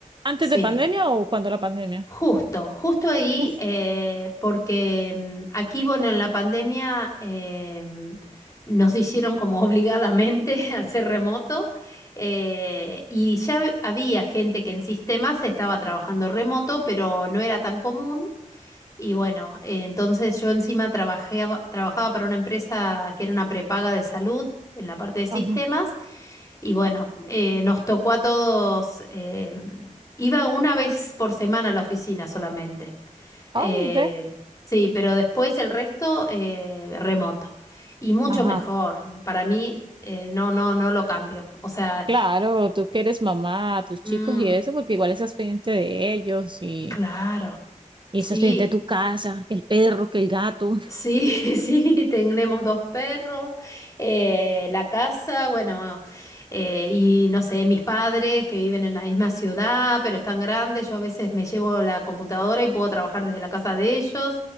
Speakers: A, on the right; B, on the left.
A: ¿Antes
B: sí.
A: de pandemia o cuando la pandemia?
B: Justo, justo ahí,
A: Uf,
B: eh, porque mm, aquí, bueno, en la pandemia em, nos hicieron como obligadamente <laughs> hacer remoto eh, y ya había gente que en sistemas estaba trabajando remoto, pero no era tan común. Y bueno, eh, entonces yo encima trabajaba, trabajaba para una empresa que era una prepaga de salud en la parte de sistemas
A: ajá.
B: y bueno, eh, nos tocó a todos, em, iba una vez por semana a la oficina solamente. Eh,
A: Ay, ve.
B: sí, pero después el resto eh, remoto. Y mucho
A: Ajá.
B: mejor. Para mí, eh, no, no, no lo cambio. O sea,
A: Claro, tú que eres mamá, tus
B: mm,
A: chicos y eso, porque igual estás pendiente de ellos y,
B: claro,
A: y
B: sí.
A: estás pendiente de tu casa, que el perro, que el gato.
B: Sí, <laughs> sí, tenemos dos perros, eh, la casa, bueno, eh, y no sé, mis padres que viven en la misma ciudad, pero están grandes, yo a veces me llevo la computadora y puedo trabajar desde la casa de ellos